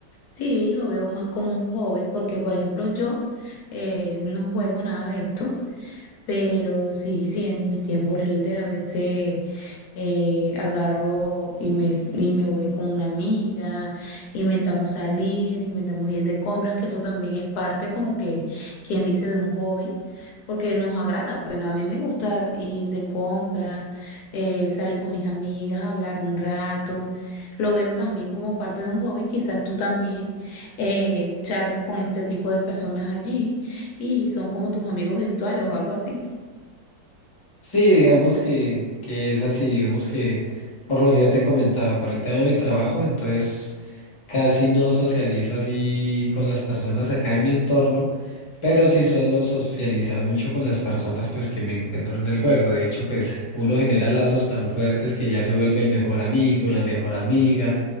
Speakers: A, on the left; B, on the left.
A: sí, lo veo más como un hobby porque, por ejemplo, yo eh, no juego nada de esto, pero sí, sí, en mis tiempos libres a veces eh, agarro y me, y me voy con una amiga, inventamos salir, inventamos ir de compras, que eso también es parte como que, quien dice, de un hobby, porque nos agrada. Bueno, a mí me gusta ir de compras, eh, salir con mis amigas, hablar un rato. Lo veo también como parte de un hobby. Quizás tú también eh, charlas con este tipo de personas allí y son como tus amigos virtuales o algo así.
B: Sí, digamos que, que es así, digamos que por lo que yo te comentaba, por el tema de mi trabajo, entonces casi no socializo así con las personas acá de mi entorno, pero sí suelo socializar mucho con las personas pues que me encuentro en el juego. De hecho, pues uno genera lazos tan fuertes que ya se vuelve el mejor amigo, la mejor amiga.